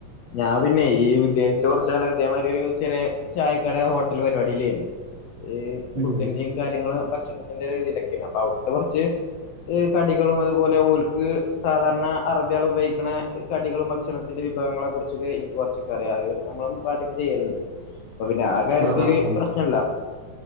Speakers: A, on the left; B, on the right.
A: ഞാൻ പിന്നെ ഈ വിദേശത്ത് കുറച്ചാള അതേമാതിരി ഒരു ചെറിയ ചായക്കട ഹോട്ടൽ പരിപാടില്ലായിരുന്നു ഈ
B: ഉം
A: ഫുഡിന്റെയും കാര്യങ്ങള്ൾ ഭക്ഷണത്തിന്റെ രീതിയിലൊക്കെയാണ് അപ്പൊ അവിടുത്തെ കുറച്ച് കടികളും അതുപോലെ ഓൽക്ക് സാധാരണ അറബിയാൾ ഉപയോഗിക്കണ കടികളും ഭക്ഷ ഭക്ഷണത്തിന്റെ വിഭവങ്ങളെ കുറിച്ചൊക്കെ എനിക്ക് കുറച്ചൊക്കെ അറിയാം. അത് നമ്മളും പാചകം ചെയ്യലുണ്ട്. അപ്പൊ പിന്നെ ആ കാര്യത്തില്
B: ആഹ് ആഹ് ആഹ്
A: പ്രശ്നല്ല.